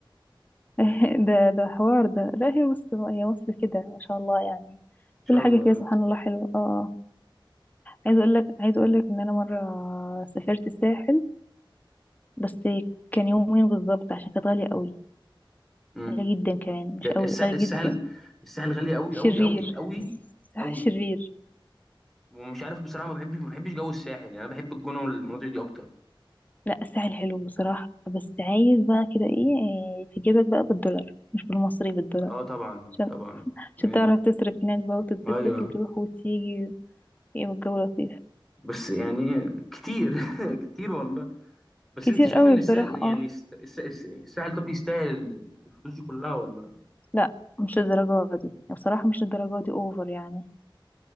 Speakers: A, on the left; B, in the centre.
A: <laughs> ده ده حوار ده لا هي بص هي مصر كده ما شاء الله يعني
B: ان شاء
A: كل حاجه
B: الله
A: فيها سبحان الله حلوه اه اه عايز اقول لك عايز اقول لك ان انا مره سافرت الساحل بس كان يومين بالظبط عشان كانت غاليه قوي
B: مم.
A: غاليه جدا كمان مش قوي
B: الس-
A: غاليه
B: الساحل
A: جدا
B: الساحل غالي قوي
A: شرير
B: قوي قوي
A: <laughs>
B: قوي
A: الساحل
B: قوي
A: شرير
B: ومش عارف بصراحه ما بحبش ما بحبش جو الساحل يعني انا بحب الجونه والمناطق دي اكتر
A: لا الساحل حلو بصراحة بس عايز بقى كده ايه إيه، في جيبك بقى بالدولار مش بالمصري بالدولار
B: اه طبعا
A: عشان
B: طبعا
A: عشان
B: ايوه
A: تعرف تصرف هناك بقى وتتبسط
B: ايوه
A: وتروح وتيجي ايه والجو لطيف
B: بس يعني كتير <laughs> كتير والله بس
A: كتير
B: انت شايف
A: قوي
B: ان الساحل
A: بصراحة
B: يعني
A: اه
B: الس- الس- الس- الساحل طب يستاهل الفلوس دي كلها ولا
A: لا مش الدرجة دي بصراحة مش الدرجة دي اوفر يعني